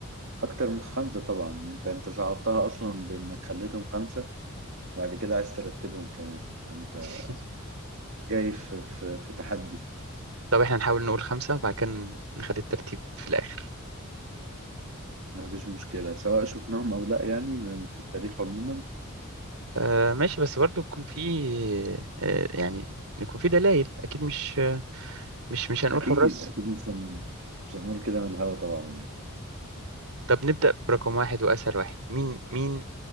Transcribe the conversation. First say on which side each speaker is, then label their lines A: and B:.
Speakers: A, on the right; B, on the right.
A: اكتر من خمسة طبعا انت انت صعبتها اصلا بانك خليتهم خمسة وبعد كده عايز ترتبهم كمان انت
B: <laughs>
A: جاي في في, في تحدي
B: طب احنا نحاول نقول خمسة وبعد كده نخلي الترتيب في الاخر
A: ما فيش مشكلة سواء شفناهم او لا يعني في التاريخ عموما
B: آه، ماشي بس برضو يكون في آه، يعني يكون في دلائل اكيد مش مش مش هنقول
A: اكيد
B: حراس
A: اكيد مش هن- مش هنقول كده من الهوا طبعا يعني
B: طب نبدأ برقم واحد وأسهل واحد مين مين